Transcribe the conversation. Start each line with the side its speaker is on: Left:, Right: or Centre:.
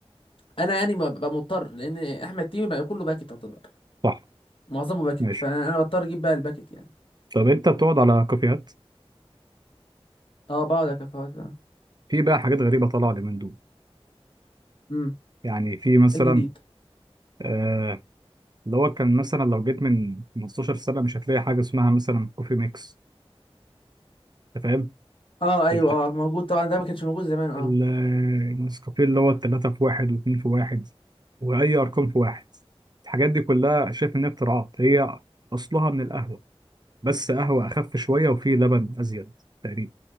Left: انا يعني ب- ببقى مضطر لان احمد تيمي بقى كله باكت يعتبر
Right: صح
Left: معظمه باكت
Right: ماشي
Left: فانا أنا بضطر اجيب بقى الباكت يعني
Right: طب انت بتقعد على كافيهات
Left: اه بقعد اكفاءات اه
Right: في بقى حاجات غريبه طالعه اليومين دول
Left: امم
Right: يعني في مثلا
Left: الجديد
Right: آه، اللي هو كان مثلا لو جيت من 15 سنة مش هتلاقي حاجة اسمها مثلا كوفي ميكس أنت فاهم؟
Left: اه ايوه
Right: الحاجة
Left: اه موجود طبعا ده ما كانش موجود زمان اه
Right: ال- النسكافيه اللي هو التلاتة في واحد واتنين في واحد وأي أرقام في واحد الحاجات دي كلها شايف إنها اختراعات هي أصلها من القهوة بس قهوة أخف شوية وفيه لبن أزيد تقريبا